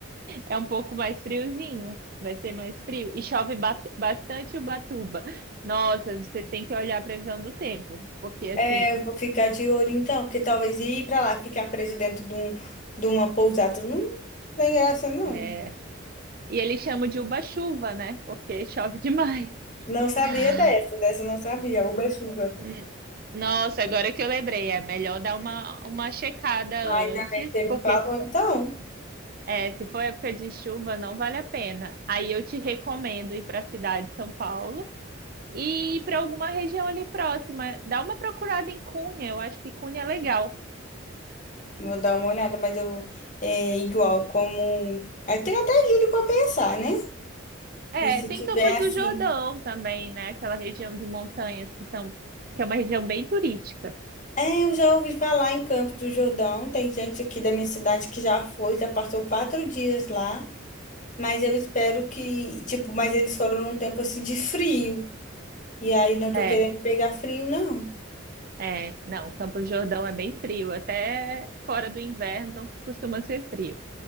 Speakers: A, on the right; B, on the left.
A: É um pouco mais friozinho, vai ser mais frio. E chove ba- bastante Ubatuba. Nossa, você tem que olhar a previsão do tempo, porque assim,
B: É, eu vou ficar de olho então, porque talvez ir pra lá, ficar preso dentro de, um, de uma pousada, não tem graça, não.
A: é... e eles chamam de Uba-chuva, né? Porque chove demais.
B: Não sabia
A: Ah,
B: dessa, dessa eu não sabia. Uba chuva.
A: hum. Nossa, agora que eu lembrei, é melhor dar uma, uma checada
B: Ah,
A: antes,
B: Ainda bem que você me
A: porque
B: falou então.
A: é, se for época de chuva, não vale a pena. Aí eu te recomendo ir para a cidade de São Paulo. e ir para alguma região ali próxima. Dá uma procurada em Cunha, eu acho que Cunha é legal.
B: Vou dar uma olhada, mas eu é igual como. Eu tenho até julho para pensar, né?
A: É,
B: E se
A: tem
B: tiver
A: Campos
B: assim.
A: do Jordão também, né? Aquela região de montanhas que são, que é uma região bem turística.
B: É, eu já ouvi falar em Campos do Jordão. Tem gente aqui da minha cidade que já foi, já passou quatro dias lá. Mas eu espero que, tipo, mas eles foram num tempo assim de frio. E aí não tô
A: É,
B: querendo pegar frio, não.
A: é, não, Campos do Jordão é bem frio, até fora do inverno costuma ser frio.